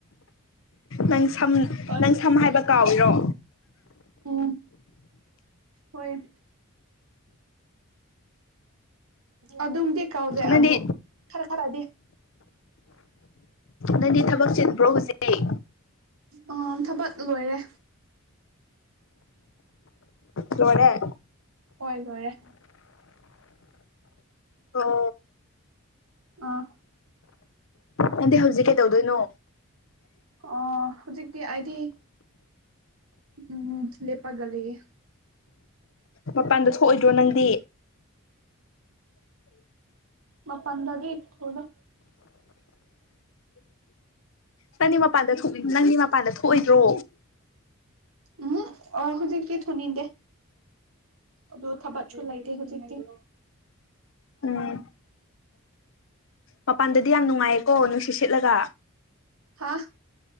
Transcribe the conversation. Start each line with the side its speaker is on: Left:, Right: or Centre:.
Left: ꯅꯪ ꯁꯝ
Right: ꯍꯣꯏ
Left: ꯅꯪ ꯁꯝ ꯍꯥꯏꯕ ꯀꯥꯎꯏꯔꯣ
Right: ꯎꯝ ꯍꯣꯏ ꯑꯗꯨꯝꯗꯤ ꯀꯥꯎꯗꯦ
Left: ꯅꯪꯗꯤ
Right: ꯑꯗꯨꯝ ꯈꯔ ꯈꯔꯗꯤ
Left: ꯅꯪꯗꯤ ꯊꯕꯛ ꯆꯤꯟꯕ꯭ꯔꯣ ꯍꯧꯖꯤꯛ
Right: ꯑꯣ ꯊꯕꯛ ꯂꯣꯏꯔꯦ
Left: ꯂꯣꯏꯔꯦ
Right: ꯍꯣꯏ ꯂꯣꯏꯔꯦ
Left: ꯑꯣ
Right: ꯑꯥ
Left: ꯅꯪꯗꯤ ꯍꯧꯖꯤꯛ ꯀꯩꯗꯧꯗꯣꯏꯅꯣ
Right: ꯑꯣ ꯍꯧꯖꯤꯛꯇꯤ ꯑꯩꯗꯤ ꯎꯝ ꯂꯦꯞꯄꯒ ꯂꯩꯌꯦ
Left: ꯃꯄꯥꯟꯗ ꯊꯣꯛꯑꯣꯏꯗ꯭ꯔꯣ ꯅꯪꯗꯤ
Right: ꯃꯄꯟꯗꯗꯤ ꯊꯣꯑꯣꯏꯗ
Left: ꯅꯪꯗꯤ ꯃꯄꯥꯟꯗ ꯊꯣꯛꯅꯤꯡ ꯅꯪꯗꯤ ꯃꯄꯥꯟꯗ ꯊꯣꯛꯑꯣꯏꯗ꯭ꯔꯣ
Right: ꯎꯝꯍꯨꯞ ꯑꯣ ꯍꯨꯖꯤꯛꯇꯤ ꯊꯣꯛꯅꯤꯡꯗꯦ ꯑꯗꯨ ꯊꯕꯠ ꯁꯨ ꯂꯩꯥꯇꯦ ꯍꯧꯖꯤꯛꯗꯤ
Left: ꯎꯝ ꯃꯄꯥꯟꯗꯗꯤ ꯌꯥꯝ ꯅꯨꯡꯉꯥꯏꯌꯦꯀꯣ ꯅꯨꯡꯁꯤꯠ ꯁꯤꯠꯂꯒ
Right: ꯍꯥꯥ